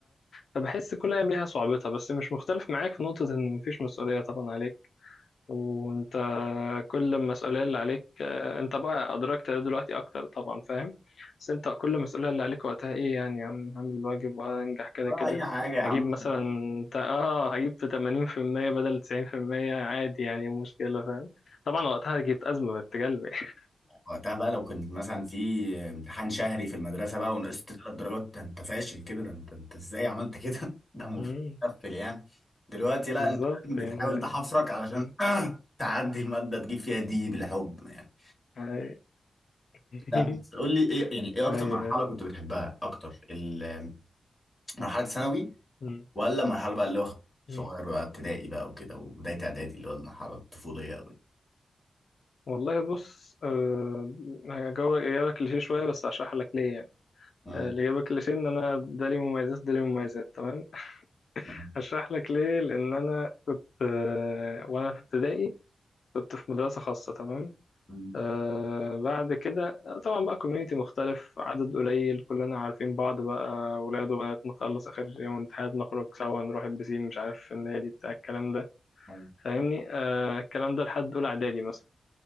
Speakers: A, on the left; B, on the left.
A: فبحس كل أيام ليها صعوبتها بس مش مختلف معاك في نقطة إن مفيش مسؤولية طبعا عليك وانت كل المسؤولية اللي عليك آه، انت بقى ادركت ده دلوقتي اكتر طبعا فاهم بس انت كل المسؤولية اللي عليك وقتها ايه يعني عم هعمل الواجب وهنجح كده
B: ولا
A: كده
B: أي حاجة يا عم
A: هجيب مثلا انت اه هجيب في 80% بدل 90% عادي يعني مشكلة فاهم طبعا وقتها جبت أزمة بنت كلب <laughs>
B: وقتها بقى لو كنت مثلا في امتحان شهري في المدرسة بقى ونقصت ثلاث درجات ده انت فاشل كده ده انت انت ازاي عملت كده <laughs> ده المفروض
A: مم.
B: تقفل يعني دلوقتي لا
A: بالظبط
B: انت بتحاول
A: يعني فاهم
B: تحفرك علشان
A: مم.
B: <clears throat> تعدي المادة تجيب فيها دي بالحب يعني
A: هاي <laughs>
B: لا بس قول لي ايه يعني ايه اكتر
A: هاي
B: مرحلة كنت بتحبها اكتر ال- <clears throat> مرحلة ثانوي
A: مم.
B: ولا مرحلة بقى اللي هو صغير
A: مم.
B: بقى ابتدائي بقى وكده وبداية اعدادي اللي هو المرحلة الطفولية قوي
A: والله بص أه هجاوبك إجابة كليشيه شوية بس هشرح لك ليه يعني.
B: امم
A: آه، الإجابة كليشيه إن أنا ده ليه مميزات ده ليه مميزات تمام
B: ماشي.
A: هشرح لك ليه لأن أنا كنت آه، وأنا في ابتدائي كنت في مدرسة خاصة تمام
B: امم.
A: آه بعد كده آه، طبعا بقى كوميونيتي مختلف عدد قليل كلنا عارفين بعض بقى ولاد وبنات نخلص آخر يوم امتحانات نخرج سوا نروح البسين مش عارف في النادي بتاع الكلام ده
B: أيوة.
A: فاهمني آه الكلام ده لحد أولى إعدادي مثلا